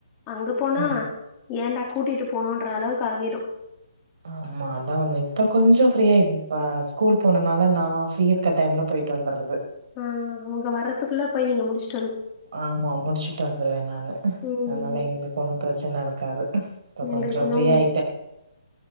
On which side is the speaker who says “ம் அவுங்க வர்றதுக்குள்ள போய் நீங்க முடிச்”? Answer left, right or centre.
Left